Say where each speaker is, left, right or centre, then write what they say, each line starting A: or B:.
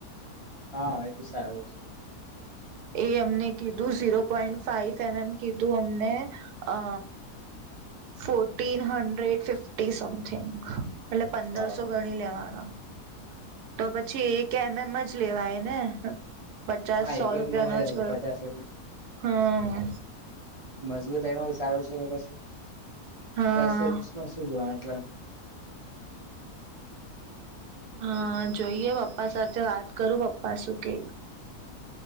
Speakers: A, on the right; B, on the right.
A: હા એ બ સારું છે.
B: એ અમને કીધું zero point five M M કીધું અમને, અ ફોર્ટીન હન્ડ્રેડ ફિફ્ટી સમથિંગ. એટલે પંદરસો
A: હા
B: ગણી લેવાનો. તો પછી એ કે એમ એમ જ લેવાય. ને. પચાસ
A: હા
B: સો
A: એક
B: રૂપિયાનો
A: એમ
B: છ,
A: પચાસ રૂપિયા
B: હમ.
A: મજબૂત એમાં બી સારું છેને પછી.
B: હા
A: બસો માં શું જોવા એટલે.
B: હા જોઈએ પપ્પા સાથે વાત કરું પપ્પા શું કેય.